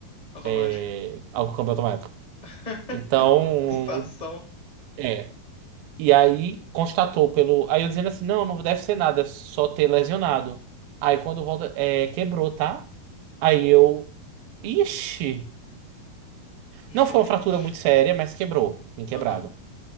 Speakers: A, on the left; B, on the right.
A: Automático.
B: é, ao câmbio automático.
A: <laughs>
B: Então,
A: Que situação.
B: é, E aí constatou pelo. Aí eu dizendo assim: não, não deve ser nada, é só ter lesionado. Aí quando volta, é, quebrou, tá? Aí eu. Ixi!
A: Gente.
B: Não foi uma fratura muito séria, mas quebrou. Tem quebrado.
A: Aham.